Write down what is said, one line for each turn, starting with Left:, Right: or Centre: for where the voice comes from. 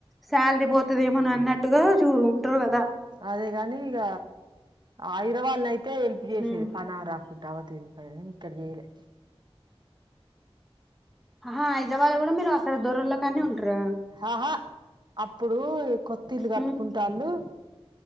Centre: శాలరీ పోతది ఏమోని అన్నట్టుగా చూ ఉంటారు కదా
Right: అదేగాని ఇగ హైదరాబాదుల అయితే హెల్ప్ చేసేది
Centre: ఉమ్
Right: పనామే రాకుం టవొ దేనికైనా కని ఇక్కడ చేయాలే
Centre: ఆహా హైదరాబాద్లో కూడా మీరు అక్కడ దొరోల్ల కానే ఉంటారా
Right: ఆహా అప్పుడు కొత్తిల్లు కట్టుకుంటాళ్ళు
Centre: ఉమ్